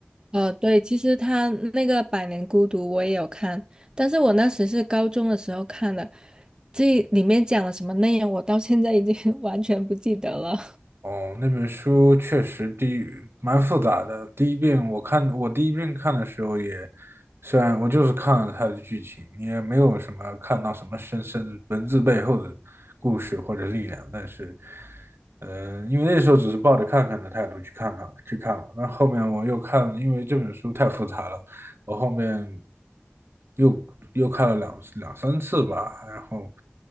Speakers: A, on the right; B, on the right.
A: 呃，对，其实他那个《百年孤独》我也有看，但是我那时是高中的时候看的，这里面讲了什么内容，我到现在已经 <laughs> 完全不记得了。
B: 哦，那本书确实第一蛮复杂的。第一遍我看，我第一遍看的时候也，虽然我就是看了它的剧情，也没有什么看到什么深深文字背后的故事或者力量，但是，呃，因为那时候只是抱着看看的态度去看看去看了，那后面我又看，因为这本书太复杂了，我后面又又看了两两三次吧，然后